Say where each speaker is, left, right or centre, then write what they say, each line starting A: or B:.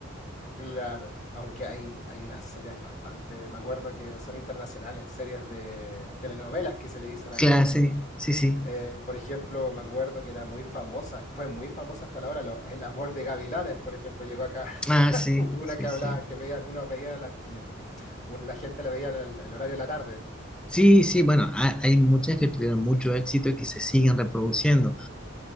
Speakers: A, on the left; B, in the centre.
A: Claro, aunque hay, hay unas series bastante, me acuerdo que son internacionales, series de telenovelas que se le dicen acá
B: Clase,
A: también.
B: sí, sí.
A: Eh, por ejemplo, me acuerdo que era muy famosa, fue muy famosa hasta la hora, lo- El amor de Gavilanes, por ejemplo, llegó acá,
B: Ah,
A: <laughs>
B: sí,
A: una
B: sí,
A: que hablaba,
B: sí.
A: que veían, unos veían, la, en el- un- la gente la veía en el, el horario de la tarde.
B: Sí, sí, bueno, ha- hay muchas que tuvieron mucho éxito y que se siguen reproduciendo.